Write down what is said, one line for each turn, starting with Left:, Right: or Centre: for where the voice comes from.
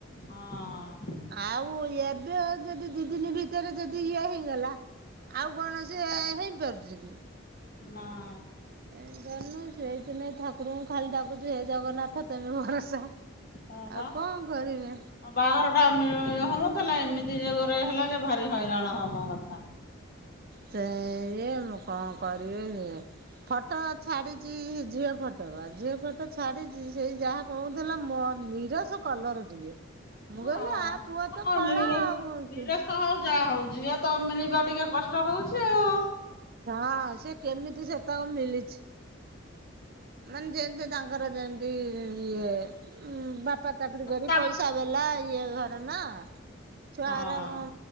Left: ହଁ
Right: ଆଉ ଏ ଏବେ ଯଦି ଦି ଦିନ ଭିତରେ ଯଦି ଇଏ ହେଇଗଲା ଆଉ କଣ ଅ ସେ ହେଇପାରୁଚି କି?
Left: ନାଁ।
Right: ଏ ଜ ସେଇ ଦିନେ ଠାକୁରଙ୍କୁ ଖାଲି ଡାକୁଚି ହେ ଜଗନ୍ନାଥ ତମେ ଭରସା।
Left: ହଁ
Right: ଆଉ
Left: ବା
Right: କଣ କରିବେ?
Left: ଆ ବାହାଘର ଟା ମେ ହଉନଥିଲା ଏମିତି ଯୋଗରେ ହେଲା ଯେ ଭାରି ହଇରାଣ ହବା କଥା।
Right: ସେୟା ମୁଁ କଣ କରିବି ଫଟୋ ଛାଡିଚି ଝିଅ ଫଟୋ ଝିଅ ଫଟୋ ଛାଡିଚି ସେଇ ଯାହା କହୁଥିଲା ମୋ ନିରସ କଲର ଟିକେ। ମୁଁ
Left: ହଁ
Right: କହିଲି ଆ ପୁଅ ତ
Left: ହଁ
Right: କଳା
Left: ନିର
Right: ଆଉ ହଁ
Left: ନିରଶ ହଉ ଯାହା ହଉ ଝିଅ ତ ମିଳିବା ଟିକେ କଷ୍ଟ ହଉଚି ଆଉ।
Right: ହଁ ସେ କେମିତି ସେ ତକ ମିଳିଚି। ମାନେ ଯେମିତି ତାଙ୍କର ଯେମିତି ଇଏ ବାପା ଚାକିର
Left: ହଁ।
Right: କରି ପଇସା ବଲା ଇଏ ଘର ନା। ଛୁଆ
Left: ହଁ
Right: ଘର ଉଁ